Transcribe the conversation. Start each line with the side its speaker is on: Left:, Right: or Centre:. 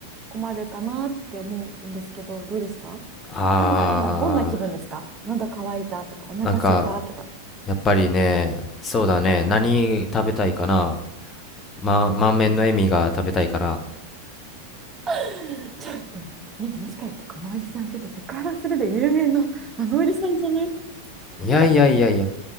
Right: 困るかなって思うんですけど、どうですか
Left: あ
Right: 何か今、どんな気分ですか喉乾いたとか、お腹空いたとか。
Left: ー、なんか、やっぱりね、そうだね。何食べたいかな。ま、満面の笑みが食べたいかな。
Right: <laughs> ちょっと、え、もしかしてこのおじさん、ちょっとセクハラするで有名な、あのおじさんじゃないち
Left: いやいやいやいや。
Right: ょっと、